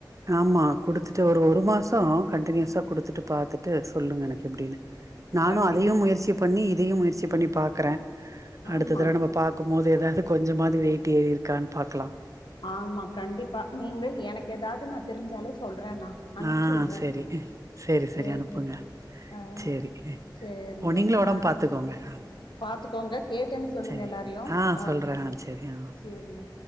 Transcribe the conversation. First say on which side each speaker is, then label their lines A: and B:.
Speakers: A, on the right (about 45°); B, on the left (about 80°).
A: ஆமா குடுத்துட்டு ஒரு ஒருமாசோம் கண்டினியூஸா குடுத்துட்டுப்பாத்து இது சொல்லுங்கெனக்கு எப்டின்னு நானும்
B: கண்டிப்பா
A: அதையும் முயற்சி
B: கண்டிப்பா
A: பண்ணி இதையும் முயற்சி பண்ணி பாக்குறே
B: ஆமா
A: அடுத்ததட நம்ம பாக்கும்போது ஏதாது கொஞ்சமாது வெயிட் ஏறிருக்கானு பாக்கலா
B: ஆமா கண்டிப்பா நீங்கள் எனக்கெதாது நா தெரிஞ்சாலு சொல் ர நா அனுச்சுட்றேன்
A: ஆ செரி செரி செரி
B: சேரி
A: அனுப்புங்க
B: ஆ
A: செரி
B: சேரிங்க
A: ஓ நீங்களு ஒடம்பு
B: அ
A: பாத்துக்கோங்க ஆ
B: பாத்துக்கோங்க கேட்டேனு சொல்லுங்க
A: செரி
B: எல்லாரையு
A: ஆ
B: அ
A: சொல்றே ஆ செரி ஆ
B: சேரிங்க